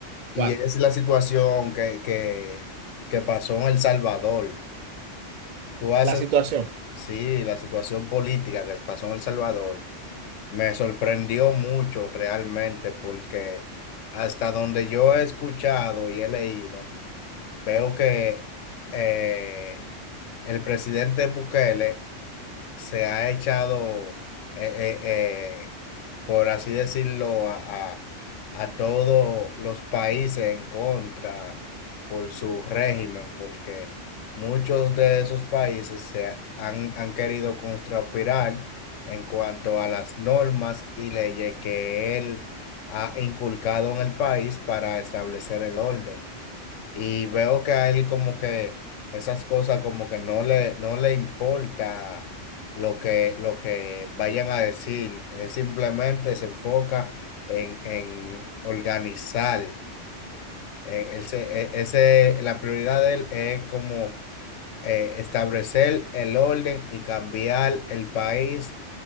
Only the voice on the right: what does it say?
Juan,
la situación.